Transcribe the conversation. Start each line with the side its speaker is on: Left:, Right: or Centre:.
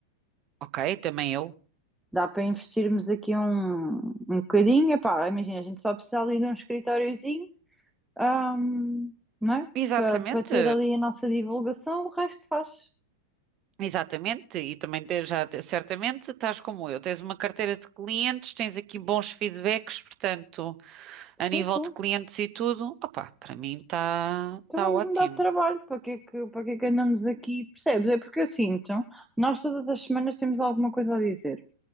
Right: ok, também eu.
Centre: Dá para investirmos aqui um, um bocadinho. Epá, imagina, a gente só precisa ali de um escritóriozinho Ahm, não é?
Right: Exatamente.
Centre: Para ter ali a nossa divulgação, o resto faz.
Right: Exatamente, e também te- já te- certamente estás como eu, tens uma carteira de clientes, tens aqui bons feedbacks, portanto,
Centre: Sim,
Right: a nível
Centre: sim.
Right: de clientes e tudo, opá, para mim está
Centre: Então
Right: tá
Centre: vamos
Right: tá ótimo,
Centre: mudar de trabalho. Para que é que, para que é que andamos aqui? Percebes? É porque eu sinto, nós todas as semanas temos alguma coisa a dizer.